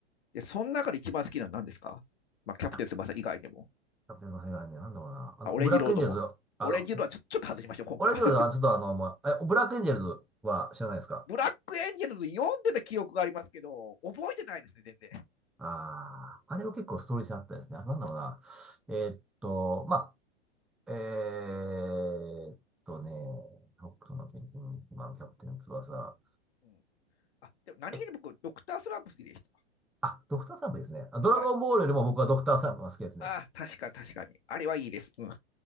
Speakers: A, on the left; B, in the centre.
A: ん。で、その中で一番好きなのは何ですかまあ、キャプテン翼以外でも。
B: あ。キャプテンの世界ね、なんだろうな。あの、
A: あ、オレンジロードも。
B: ブラックエンジェルズ、あの、
A: オレンジロードはちょ、ちょっと外しましょう、今回は。
B: オレズはちょっとあの、まあえ、ブラックエンジェルズは知らないですか
A: ブラックエンジェルズ読んでた記憶がありますけど、覚えてないですね、全然。
B: ああ、あれは結構ストーリー性あったですね。あなんだろうな。えーっと、まあ、えーっとね、北斗の拳に今のキャプテン翼。
A: うん、あでも何気に僕、
B: え、
A: ドクタースランプ好きでし
B: あ、ドクターサンプですね。あドラゴンボールよりも僕はドクターサンプが好きですね。
A: た。はい。ああ、確かに確かに。あれはいいです。うん。